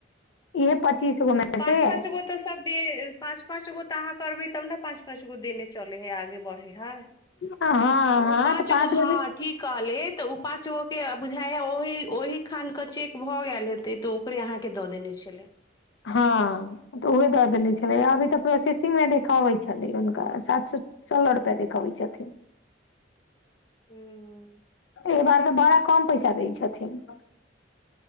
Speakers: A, on the left (about 85°); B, on the left (about 20°).
A: इहे पच्चीस गो मे
B: पाँच-पाँच
A: से
B: गो तऽ सब दे, पाँंच-पाँच गो तऽ अहाँ करबै तब ने पाँच पाँच गो देने चलै हय आगे बढ़ै हय
A: हँ हँ
B: उ पाँच
A: तऽ
B: गो हाँ
A: से
B: की कहलि त उ पांच गो के बुझाय हय ओहि -ओहि खान के चेक भ गेल हे तै तो ओकरे अहाँके दऽ देने छलै
A: हँ तऽ उहे दऽ देनेे छलै, अभी तऽ प्रोसेसिंग मे देखाबैत छलै हुनका सात सौ सोलह रुपैया देखैबे छथिन
B: हूँ
A: एहि बार त बड़ा कम पैसा दै छथिन।